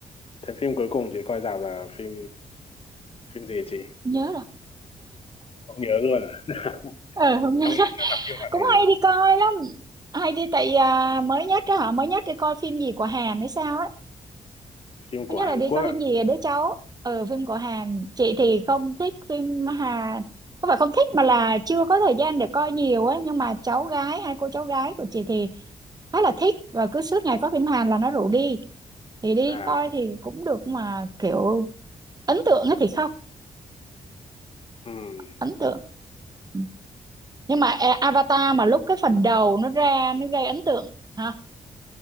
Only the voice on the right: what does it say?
Không nhớ rồi
ờ không nhớ
<laughs>
cũng
hay đi coi lắm hay đi tại à, mới nhất đó họ mới nhất đi coi phim gì của Hàn hay sao
Thứ nhất
là đi
coi
phim gì à? đứa cháu ờ phim của Hàn chị thì không thích phim Hàn không phải không thích mà là chưa có thời gian để coi nhiều ấy nhưng mà cháu gái hai cô cháu gái của chị thì khá là thích và cứ suốt ngày có phim Hàn là nó rủ đi thì đi
coi thì cũng được mà kiểu ấn tượng ấy thì không
ấn tượng Ừ. nhưng mà e- Avatar mà lúc cái phần đầu nó ra nó gây ấn tượng hả